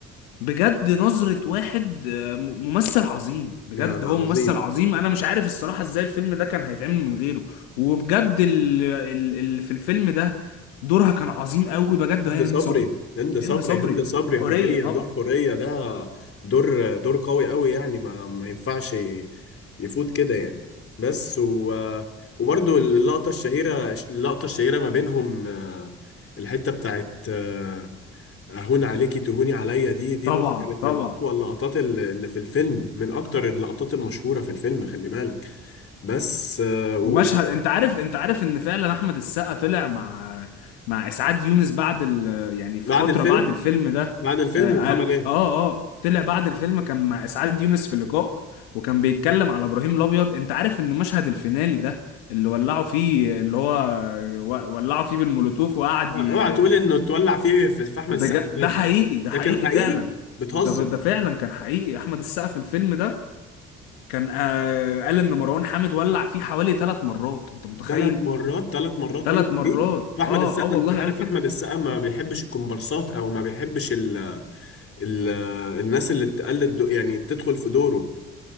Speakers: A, on the left (about 85°); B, on the left (about 45°).
A: بجد نظرة واحد آه، م- ممثل عظيم بجد
B: لا لا
A: هو ممثل
B: عظيم
A: عظيم انا مش عارف الصراحة ازاي الفيلم ده كان هيتعمل من غيره وبجد اللي في الفيلم ده دورها كان عظيم قوي بجد
B: هند
A: هي هند
B: صبري
A: صبري
B: هند صبري
A: هند صبري
B: هند صبري
A: حورية
B: حورية
A: طبعا
B: دور حورية ده دور دور قوي قوي يعني ما ما ينفعش ي- يفوت كده يعني بس و وبرده اللقطة الشهيرة اللقطة الشهيرة ما بينهم آه، الحتة بتاعت آه، أهون عليكي تهوني عليا دي دي
A: طبعا
B: برضو كانت
A: طبعا
B: من أقوى اللقطات ال- اللي في الفيلم من أكتر اللقطات المشهورة في الفيلم خلي بالك بس آه، و-
A: ومشهد
B: و-
A: انت عارف انت عارف ان فعلا احمد السقا طلع مع مع اسعاد يونس بعد ال... يعني في
B: بعد
A: فتره
B: الفيلم
A: بعد الفيلم ده
B: بعد الفيلم
A: آه قال
B: وعمل إيه؟
A: اه اه طلع بعد الفيلم كان مع اسعاد يونس في لقاء وكان بيتكلم على ابراهيم الابيض انت عارف ان مشهد الفينالي ده اللي ولعوا فيه اللي هو و- ولعوا فيه بالمولوتوف وقعد
B: اوعى
A: ي...
B: اوعى تقول إنه اتولع فيه في في أحمد
A: بج...
B: السقا بجد
A: ده حقيقي ده
B: ده
A: حقيقي
B: كان حقيقي
A: فعلا
B: بتهزر
A: ده ب... ده فعلا كان حقيقي احمد السقا في الفيلم ده كان آه قال ان مروان حامد ولع فيه حوالي ثلاث مرات انت متخيل
B: ثلاث مرات ثلاث مرات
A: ثلاث
B: ولع
A: مرات
B: فيه فاحمد
A: اه
B: السقا
A: اه والله
B: انت عارف
A: قال كده
B: احمد السقا ما بيحبش الكومبارسات او ما بيحبش ال ال الناس اللي تقلد دو- يعني تدخل في دوره